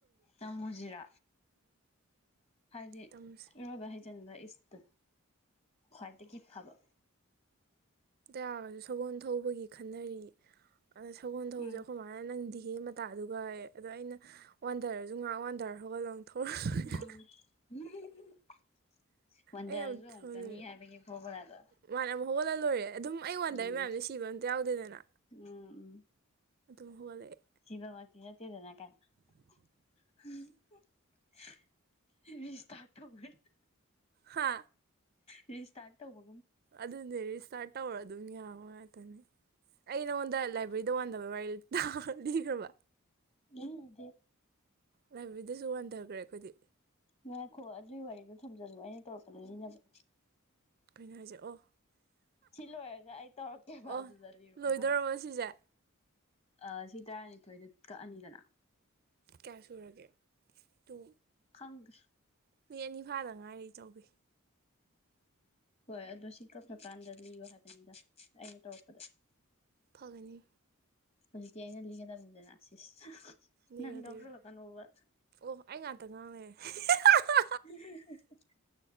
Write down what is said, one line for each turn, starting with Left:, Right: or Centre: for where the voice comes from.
Left: ꯇꯝꯃꯨꯖꯤꯔꯥ ꯍꯥꯏꯗꯤ
Right: ꯇꯝꯁꯦ
Left: ꯏꯔꯣꯏꯕ ꯍꯩ ꯆꯟꯕ ꯏꯁ ꯇ ꯈ꯭ꯋꯥꯏꯗꯒꯤ ꯐꯕ
Right: ꯗꯌꯥꯒꯁꯨ ꯁꯒꯣꯜ ꯊꯧꯕꯒꯤ ꯈꯟꯅꯔꯤ ꯑꯗ ꯁꯒꯣꯜ ꯊꯧꯕꯁꯦ
Left: ꯎꯝ
Right: ꯑꯈꯣꯏꯃꯥꯅ ꯅꯪꯗꯤ ꯗꯤꯍꯦ ꯃꯇꯥꯗꯨꯒꯌꯦ ꯑꯗ ꯑꯩꯅ ꯋꯥꯟꯗꯔꯁꯨ ꯉꯥꯏꯍꯥꯛ ꯋꯥꯟꯗꯔ ꯍꯧꯒꯠꯂ ꯑꯃꯨꯛ ꯊꯧꯔ <unintelligible>
Left: ꯎꯝ <unintelligible> ꯋꯥꯟꯗꯔꯁꯨ
Right: ꯑꯩ ꯌꯥꯝ
Left: ꯑꯃꯨꯛꯇꯅꯤ
Right: ꯊꯧꯅꯤꯡꯉꯦ
Left: ꯍꯥꯏꯕꯒꯤ ꯐꯣꯔꯃꯨꯂꯥꯗꯣ
Right: ꯃꯥꯅ ꯑꯃꯨꯛ ꯍꯧꯒꯠꯂ ꯂꯣꯏꯔꯦ ꯑꯗꯨꯝ ꯑꯩ ꯋꯥꯟꯗꯔꯤ
Left: ꯎꯝ
Right: ꯃꯌꯥꯝꯗꯣ ꯁꯤꯕ ꯑꯝꯇ ꯌꯥꯎꯗꯦꯗꯅ
Left: ꯎꯝ ꯎꯝ
Right: ꯑꯗꯨꯝ ꯍꯧꯒꯠꯂꯛꯑꯦ
Left: ꯁꯤꯕꯃꯛꯇꯤ ꯅꯠꯇꯦꯗꯅ ꯀꯥꯏꯅ <unintelligible> <unintelligible> ꯔꯤꯁ꯭ꯇꯥꯔꯠ ꯇꯧꯔꯦ <unintelligible>
Right: ꯍꯥ
Left: ꯔꯤꯁ꯭ꯇꯥꯔꯠ ꯇꯧꯕ
Right: ꯑꯗꯨꯅꯦ ꯔꯤꯏꯁ꯭ꯇꯥꯔꯠ ꯇꯧꯔ ꯑꯗꯨꯝ ꯌꯥꯕ ꯉꯥꯛꯇꯅꯦ ꯑꯩ ꯅꯪꯉꯣꯟꯗ ꯂꯥꯏꯕ꯭ꯔꯦꯔꯤꯗ ꯋꯥꯥꯟꯗꯕ ꯋꯥꯔꯤ ꯇꯥ ꯂꯤꯒ꯭ꯔꯕ
Left: ꯂꯤꯒꯤꯗꯦ
Right: ꯂꯥꯏꯕ꯭ꯔꯦꯔꯤꯗꯁꯨ ꯋꯥꯟꯗꯒ꯭ꯔꯦ ꯑꯈꯣꯏꯗꯤ
Left: ꯉꯥꯏꯈꯣ ꯑꯗꯨꯢ ꯋꯥꯔꯤꯗꯣ ꯊꯝꯖꯜꯂꯣ ꯑꯩꯅ ꯇꯧꯔꯛꯄꯗ ꯂꯤꯅꯕ
Right: ꯀꯩꯅꯣ ꯍꯥꯢꯖꯦ ꯑꯣ
Left: ꯁꯤ ꯂꯣꯏꯔꯒ ꯑꯩ ꯇꯧꯔꯛꯀꯦꯕꯥ
Right: ꯑꯣ
Left: ꯑꯗꯨꯗ ꯂꯤꯔꯛꯑꯣ
Right: ꯂꯣꯏꯗꯧꯔꯕ
Left: ꯍꯥꯕ
Right: ꯁꯤꯁꯦ
Left: ꯑ ꯁꯤ ꯇꯔꯥꯅꯤꯊꯣꯏꯗꯤ ꯀꯛꯑꯅꯤꯗꯅ
Right: ꯀꯌꯥ ꯁꯨꯔꯒꯦ ꯇꯨ
Left: ꯈꯪꯗꯦ
Right: ꯃꯤ ꯑꯅꯤ ꯐꯥꯗ ꯉꯥꯏꯔꯤ ꯏꯆꯧꯕꯤ
Left: ꯍꯣꯏ ꯑꯗꯣ ꯁꯤ ꯀꯛꯈ ꯀꯥꯟꯗ ꯂꯩꯌꯣ ꯍꯥꯏꯕꯅꯤꯗ ꯑꯩꯅ ꯇꯧꯔꯛꯄꯗ
Right: ꯐꯒꯅꯤ
Left: ꯍꯧꯖꯤꯛꯇꯤ ꯑꯩꯅ ꯂꯤꯒꯗꯕꯅꯤꯗꯅ ꯁꯤꯁ
Right: ꯂꯤꯔꯣ
Left: ꯅꯪ ꯌꯥꯎꯁꯜꯂꯛꯀꯅꯣꯕ
Right: ꯂꯤꯔꯣ ꯑꯣ ꯑꯩ ꯉꯥꯇ ꯉꯥꯡ ꯂꯩꯔꯦ <unintelligible>
Left: <unintelligible>